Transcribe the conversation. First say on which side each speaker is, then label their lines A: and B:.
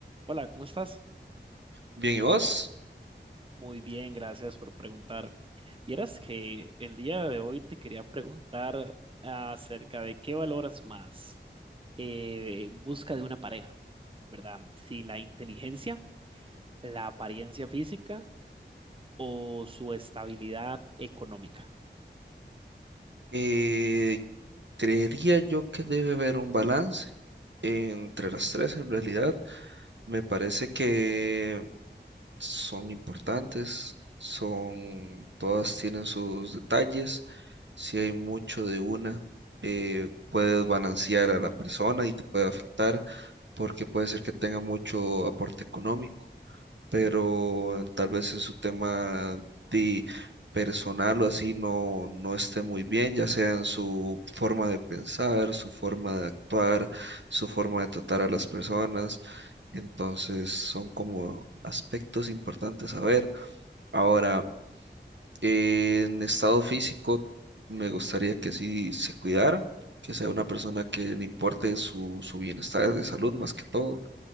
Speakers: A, on the right (about 30°); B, on the right (about 75°).
A: Hola, ¿cómo estás?
B: Bien, ¿y vos?
A: Muy bien, gracias por preguntar. Vieras que el día de hoy te quería preguntar acerca de qué valoras más eh, en busca de una pareja, ¿verdad? Si la inteligencia, la apariencia física o su estabilidad económica.
B: Eh, creería yo que debe haber un balance entre las tres en realidad. Me parece que son importantes, son, todas tienen sus detalles. Si hay mucho de una, eh, puedes balancear a la persona y te puede afectar porque puede ser que tenga mucho aporte económico pero tal vez en su tema de personal o así no, no esté muy bien, ya sea en su forma de pensar, su forma de actuar, su forma de tratar a las personas. Entonces son como aspectos importantes a ver. Ahora, en estado físico, me gustaría que sí se cuidara, que sea una persona que le importe su, su bienestar de salud más que todo